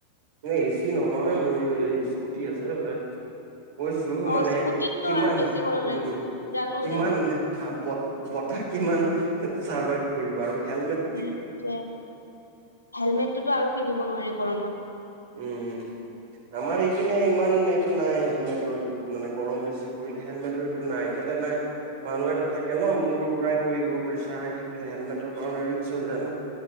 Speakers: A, on the right (about 55°); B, on the left (about 80°).
A: ন এচি নহয় মোৰ স্কুটি আছে কৈছো
B: অ
A: মানে
B: স্কুটিতটো
A: কিমান
B: আৰু বেছি গৰম
A: উম
B: লাগে জানো
A: কিমান
B: জানো
A: ব বতাহ কিমান চাৰ্ভাইভ কৰিব আৰু হেলমেট
B: সেইতোৱে হেলমেটতোটো আৰু পিন্ধিব নোৱাৰে গৰমত
A: উম আমাৰ ইপিনে ইমান এইটো নাই হেলমেটৰ এইটো মানে গৰম বেছি পৰিলে হেলমেটৰ এইটো নাই কেলে নাই মানুহ এটা থাকে ন মোৰ ঘূৰাই পৰিব প্ৰেছাৰ হৈ থাকিলে হেলমেটৰ কাৰণে ৰিক্স হৈ যায় ন